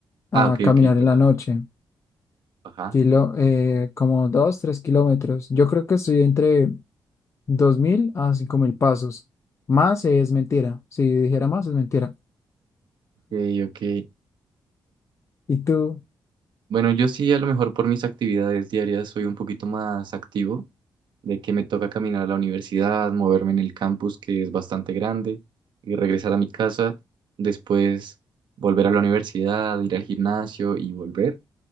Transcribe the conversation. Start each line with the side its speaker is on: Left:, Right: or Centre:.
Left: a
Right: Ah, ok,
Left: caminar
Right: ok, perdóname.
Left: en la noche,
Right: Ajá,
Left: kilo, eh, como dos, tres kilómetros. Yo creo que estoy entre 2.000 a 5.000 pasos. Más es mentira. Si dijera más es mentira.
Right: ok, ok.
Left: ¿Y tú?
Right: Bueno, yo sí, a lo mejor por mis actividades diarias soy un poquito más activo, de que me toca caminar a la universidad, moverme en el campus que es bastante grande y regresar a mi casa, después volver a la universidad, ir al gimnasio y volver.